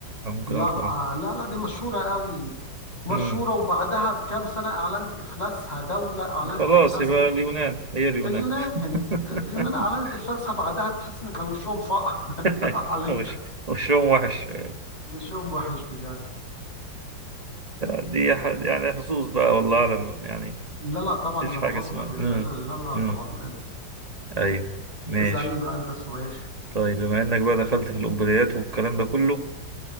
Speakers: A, on the right (about 25°); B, on the left (about 20°).
A: أو ممكن
B: لا
A: أقول فرنسا
B: لا لا دي مشهورة قوي مشهورة
A: مم.
B: وبعدها بكام سنة أعلنت إفلاسها دولة أعلنت
A: خلاص
B: إفلاس
A: يبقى اليونان هي اليونان
B: اليونان
A: <laughs>
B: اليونان أعلنت إفلاسها بعدها تحس إن كان وشهم فقع
A: <laughs>
B: <laughs> عليها
A: وش وشهم وحش <laughs>
B: وشهم وحش بجد
A: دي ح- يعني حظوظ بقى والله أعلم يعني
B: لا لا طبعا
A: مفيش
B: انا
A: حاجة
B: بهزر
A: اسمها
B: لا
A: امم
B: لا لا لا
A: امم
B: طبعا
A: أيوة ماشي
B: اسألني بقى انت سؤال
A: طيب بما إنك بقى دخلت في الأمبليات والكلام ده كله